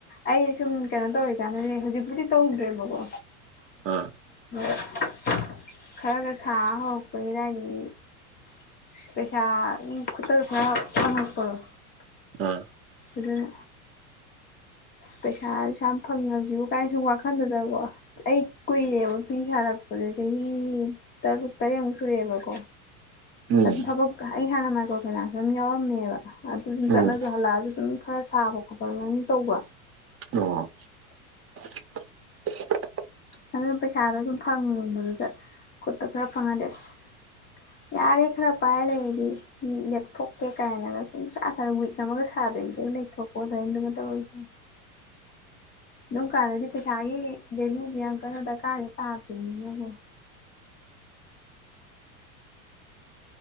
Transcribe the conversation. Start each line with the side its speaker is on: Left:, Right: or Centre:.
Left: ꯑꯩ ꯁꯨꯝ ꯀꯩꯅꯣ ꯇꯧꯔꯤꯀꯥꯟꯗꯅꯦ ꯍꯨꯖꯤꯛꯄꯨꯗꯤ ꯇꯧꯗ꯭ꯔꯦꯕꯀꯣ
Right: ꯑꯥ
Left: <unintelligible> ꯈꯔꯒ ꯁꯥ ꯍꯧꯔꯛꯄꯩ ꯑꯗꯥꯏꯗꯨꯗꯗꯤ ꯄꯩꯁꯥ ꯎꯝ ꯈꯨꯠꯇꯒ ꯈꯔ ꯐꯪꯉꯛꯄꯗꯣ
Right: ꯑꯥ
Left: ꯑꯗꯨꯅ ꯄꯩꯁꯥꯁꯨ ꯑꯁꯨꯛꯌꯥꯝ ꯐꯪꯉꯖꯤꯕꯨ ꯀꯥꯏ ꯁꯨꯝ ꯋꯥꯈꯟꯗꯨꯗꯕ ꯑꯣ ꯑꯩ ꯀꯨꯏꯔꯦꯕ ꯐꯤ ꯁꯥꯔꯛ ꯄꯖꯦ ꯆꯍꯤ ꯇꯔꯨꯛ ꯇꯔꯦꯠꯃꯨꯛ ꯁꯨꯔꯛꯑꯦꯕꯀꯣ
Right: ꯎꯝ
Left: ꯑꯗꯨꯝ ꯊꯕꯛ ꯀ ꯑꯩ ꯍꯥꯟꯅ ꯃꯥꯏꯀ꯭ꯔꯣ ꯐꯥꯏꯅꯥꯟꯁ ꯑꯝ ꯌꯥꯎꯔꯝꯃꯦꯕ ꯑꯗꯨ ꯑꯗꯨꯝ
Right: ꯎꯝ
Left: ꯆꯠꯂꯒ ꯍꯜꯂꯛꯑꯒ ꯑꯗꯨꯝ ꯈꯔ ꯁꯥꯕ ꯈꯣꯠꯄ ꯑꯗꯨꯃꯥꯏꯅ ꯇꯧꯕ
Right: ꯑꯗꯨꯕꯨ
Left: ꯑꯗ ꯅꯪ ꯄꯩꯁꯥꯗꯣ ꯑꯗꯨꯝ ꯐꯪꯕꯗꯨꯗ ꯈꯨꯠꯇ ꯈꯔ ꯐꯪꯍꯜꯂꯦ ꯑꯁ ꯌꯥꯔꯦ ꯈꯔ ꯄꯥꯏꯔ ꯂꯩꯔꯗꯤ ꯁꯤ ꯂꯦꯞꯊꯣꯛꯀꯦ ꯀꯥꯏꯅꯒ ꯁꯨꯡꯁꯥ ꯁꯥꯅ ꯋꯤꯛ ꯑꯃꯒ ꯁꯥꯗꯕꯤꯗ ꯑꯩ ꯂꯩꯊꯣꯛ ꯀꯣꯜ ꯐ꯭ꯔꯦꯟꯗꯒ ꯇꯧꯋꯦ ꯎꯝ ꯑꯗꯨꯝ ꯀꯥꯟꯗꯗꯤ ꯄꯩꯁꯥꯒꯤ ꯕꯦꯂꯨꯖꯦ ꯌꯥꯝ ꯀꯟꯅ ꯗꯔꯀꯥꯔꯖꯦ ꯇꯥꯗ꯭ꯔꯤꯃꯤꯅ ꯑꯃꯨꯛ